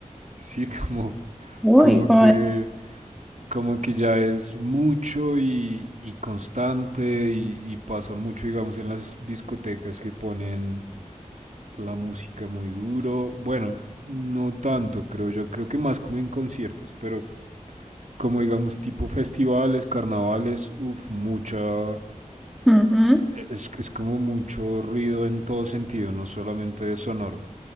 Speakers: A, on the right; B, in the centre.
A: sí, <laughs> como,
B: Uy,
A: como
B: como,
A: que, como que ya es mucho y, y constante y, y pasa mucho, digamos, en las discotecas que ponen La música muy duro. Bueno, no tanto, creo yo. Creo que más como en conciertos, pero como digamos tipo festivales, carnavales, uff, mucha...
B: Ujú,
A: e-, Es, es como mucho ruido en todo sentido, no solamente de sonoro.